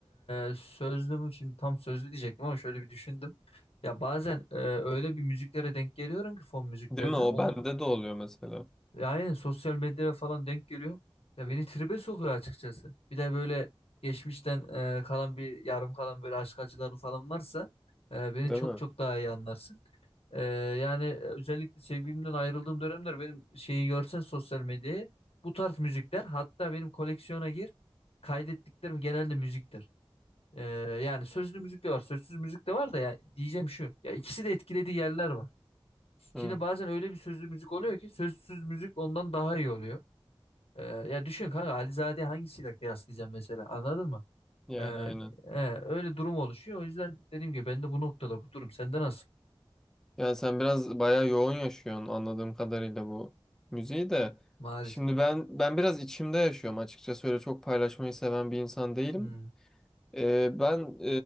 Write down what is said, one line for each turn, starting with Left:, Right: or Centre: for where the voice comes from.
Left: e, sözlü mü şimdi tam sözlü diyecektim ama şöyle bir düşündüm. Ya bazen e, öyle bir müziklere denk geliyorum ki fon müziklerine.
Centre: Değil mi? O
Left: Onun,
Centre: bende de oluyor mesela.
Left: ya aynen sosyal medyada falan denk geliyor. Ya beni tribe sokuyor açıkçası. Bir de böyle geçmişten e, kalan bir yarım kalan böyle aşk acıları falan varsa e, beni
Centre: Değil
Left: çok
Centre: mi?
Left: çok daha iyi anlarsın. E, yani e, özellikle sevgilimden ayrıldığım dönemler benim şeyi görsen sosyal medyayı bu tarz müzikler hatta benim koleksiyona gir kaydettiklerim genelde müziktir. E, yani sözlü müzik de var, sözsüz müzik de var da ya diyeceğim şu. Ya ikisi de etkilediği yerler var. Şimdi
Centre: Hı.
Left: bazen öyle bir sözlü müzik oluyor ki sözsüz müzik ondan daha iyi oluyor. Ee, ya düşün kanka Alizade'yi hangisiyle kıyaslayacağım mesela anladın mı?
Centre: Yani
Left: Ee,
Centre: aynen.
Left: e, öyle durum oluşuyor. O yüzden dediğim gibi ben de bu noktada bu durum. Sende nasıl?
Centre: Yani sen biraz bayağı yoğun yaşıyorsun anladığım kadarıyla bu müziği de.
Left: Maalesef.
Centre: Şimdi ben ben biraz içimde yaşıyorum açıkçası öyle çok paylaşmayı seven bir insan değilim.
Left: Hmm,
Centre: Ee, ben